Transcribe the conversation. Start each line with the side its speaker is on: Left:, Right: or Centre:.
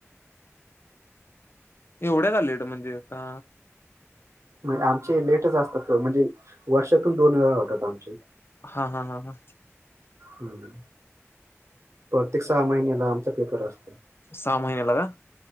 Left: एवढ्या का लेट म्हणजे का
Right: आमचे लेटच असतात म्हणजे वर्षातून दोन वेळा होतात आमचे
Left: हा हा हा हा
Right: ह प्रत्येक सहा महिन्याला आमचा पेपर असतो
Left: सहा महिन्याला का?